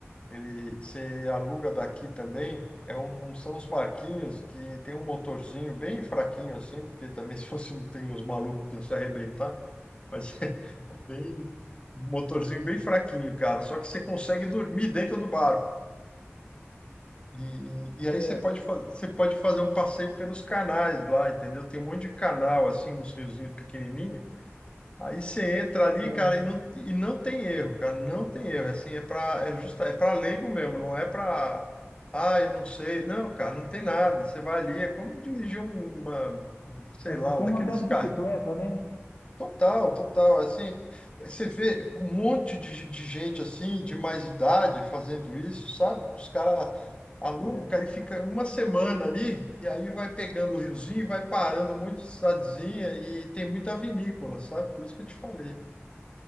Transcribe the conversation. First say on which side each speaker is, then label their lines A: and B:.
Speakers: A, on the left; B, on the left.
A: Ele, você aluga daqui também, é um, são uns barquinhos que tem um motorzinho bem fraquinho assim, porque também <laughs> se fosse, tem uns malucos que iam se arrebentar, Mas <laughs> é bem, um motorzinho bem fraquinho, cara. Só que você consegue dormir dentro do barco. E, e, e aí
B: Certo,
A: você pode, fa- você pode fazer um passeio pelos canais lá, entendeu? Tem um monte de canal, assim, uns riozinhos pequenininhos. Aí você entra ali,
B: certo.
A: cara, e não, e não tem erro, cara, não tem erro. É Assim, é para é justa, é para leigo mesmo, não é para ah, eu não sei. Não, cara, não tem nada. Você vai ali, é como dirigir uma, sei
B: É
A: lá,
B: como
A: um daqueles
B: andar de
A: carros
B: bicicleta, né?
A: Total, total. Assim, você vê um monte de, de gente assim, de mais idade, fazendo isso, sabe? Os caras alugam,
B: Certo.
A: o cara e fica uma semana ali, e aí vai pegando o riozinho, e vai parando um monte de cidadezinha, e tem muita vinícola, sabe? Por isso que eu te falei.